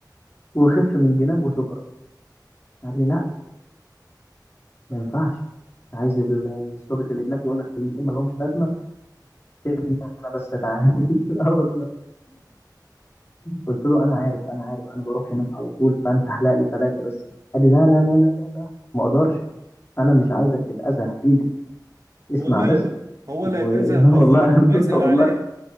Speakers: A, on the left; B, on the right.
A: وخف من الجناب وشكرا قال لي لا ما ينفعش عايز ال- الظابط اللي هناك يقول لك كلمتين ما لهمش لازمه سيبني انا بس اتعامل <laughs> لا والله قلت له انا عارف انا عارف انا بروح هناك على طول فانت احلق لي ثلاثه بس قال لي لا لا لا لا لا لا ما اقدرش انا مش عايزك تتاذى يا حبيبي اسمع
B: هو ماله
A: بس
B: هو
A: والله
B: اللي هيتأذى هو الضابط هيسأل
A: <laughs> والله
B: عليه